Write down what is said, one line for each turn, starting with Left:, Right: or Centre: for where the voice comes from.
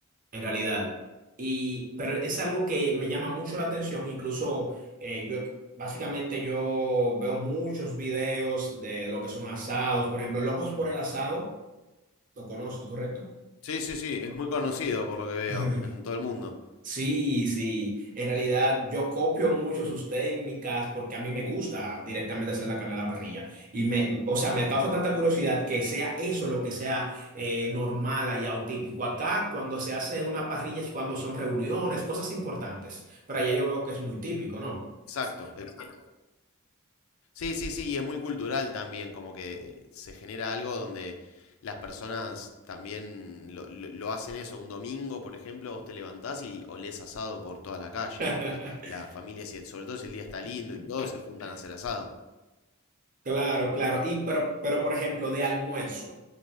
Right: en realidad. Y, pero es algo que me llama mucho la atención. Incluso eh, yo, he- básicamente yo veo muchos videos de lo que son asados. Por ejemplo, Locos por el Asado, lo conoces, ¿correcto?
Left: Sí, sí, sí, es muy conocido por lo que veo
Right: <laughs>
Left: en todo el mundo.
Right: Sí, sí. En realidad yo copio mucho sus técnicas porque a mí me gusta directamente hacer la carne a la parrilla. Y me, o sea, me causa tanta curiosidad que sea eso lo que sea eh, normal allá o típico. Acá cuando se hace una parrilla es cuando son reuniones, cosas importantes. Pero allá yo veo que es muy típico, ¿no?
Left: Exacto, exacto. Sí, sí, sí, y es muy cultural también, como que se genera algo donde las personas también lo, lo- lo hacen eso. Un domingo, por ejemplo, vos te levantás y olés asado por toda la calle,
Right: <laughs>
Left: porque la familia, si- sobre todo si el día está lindo y todo, se juntan a hacer asado.
Right: Claro, claro. Y pero, pero por ejemplo, de almuerzo,